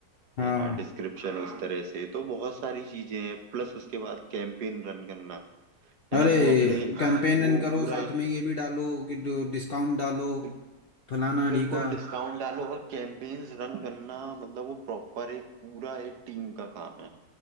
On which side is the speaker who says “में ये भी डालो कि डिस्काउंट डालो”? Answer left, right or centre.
Left